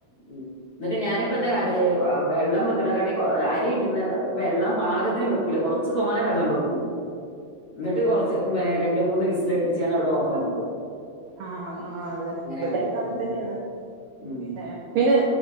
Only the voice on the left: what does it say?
ഉ എന്നിട്ട് ഞാനിപ്പോ എന്താ കാട്ടിലെ വെള്ളം വെക്കണെക്കാട്ടി അരി കിട്ടുന്ന ഒരു വെള്ളം പാകത്തിനന് വെക്കൂല കൊറ കുച്ച് തോനെ വെള്ളം വെക്കു എന്നിട്ട് കുറച്ച് രണ്ട മൂന്ന് വിസൽ അടിപ്പിച്ച ഞ അവിടെ ഓഫ് ആക്കി
കാണിക്കല
ഉം.
ഉം.